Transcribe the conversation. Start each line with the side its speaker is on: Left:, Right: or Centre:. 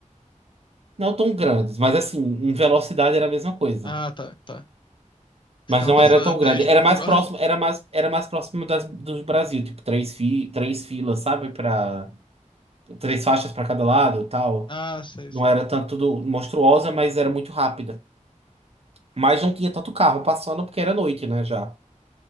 Right: Não tão grandes, mas assim, em velocidade era a mesma coisa.
Left: Ah, tá, tá.
Right: Mas
Left: Os carros
Right: não
Left: passando
Right: era tão
Left: a 10
Right: grande. Era
Left: mil por
Right: mais
Left: hora.
Right: próximo, era mais, era mais próximo das, do Brasil, tipo, três, fi, três filas, sabe? Para três faixas para cada lado, e tal.
Left: Ah, sei,
Right: Não
Left: sei,
Right: era tanto do- monstruosa, mas era muito rápida. Mas não tinha tanto carro passando porque era noite, né, já.